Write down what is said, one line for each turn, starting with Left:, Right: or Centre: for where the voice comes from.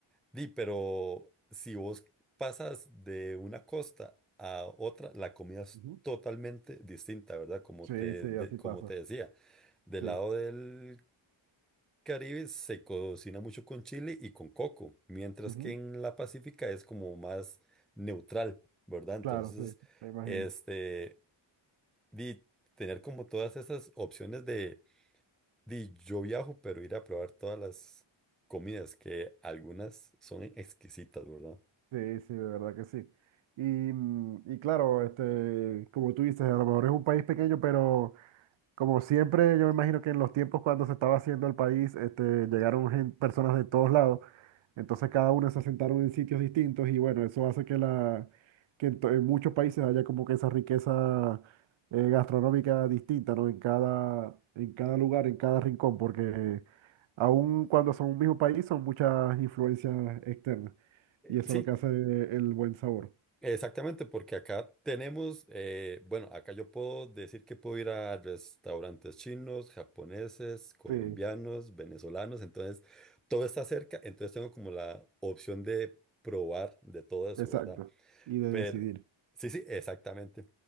Centre: Di, pero si vos pasas de una costa a otra, la comida es
Right: ujú.
Centre: totalmente distinta, ¿verdad? Como
Right: Sí,
Centre: te,
Right: sí,
Centre: de-
Right: así
Centre: como
Right: pasa.
Centre: te decía, del
Right: Sí,
Centre: lado del Caribe se cocina mucho con chile y con coco, mientras
Right: ujú,
Centre: que en la Pacífica es como más neutral, ¿verdad? Entonces,
Right: Claro, sí, me imagino.
Centre: este, di, tener como todas esas opciones de, di, yo viajo, pero ir a probar todas las comidas, que algunas son exquisitas, ¿verdad?
Right: Sí, sí, de verdad que sí. Y, mm, y claro, este, como tú dices, a lo mejor es un país pequeño, pero Como siempre, yo me imagino que en los tiempos cuando se estaba haciendo el país, este, llegaron gen- personas de todos lados, entonces cada uno se asentaron en sitios distintos y bueno, eso hace que, la, que en, to- en muchos países haya como que esa riqueza eh, gastronómica distinta, ¿no? En cada, en cada lugar, en cada rincón, porque aun cuando son un mismo país, son muchas influencias externas y eso
Centre: Sí,
Right: es lo que hace el buen sabor.
Centre: exactamente, porque acá tenemos, eh, bueno, acá yo puedo decir que puedo ir a restaurantes chinos, japoneses, colombianos,
Right: Sí,
Centre: venezolanos, entonces todo está cerca, entonces tengo como la opción de probar de todo eso,
Right: exacto.
Centre: ¿verdad?
Right: Y de
Centre: Pero,
Right: decidir.
Centre: sí, sí, exactamente.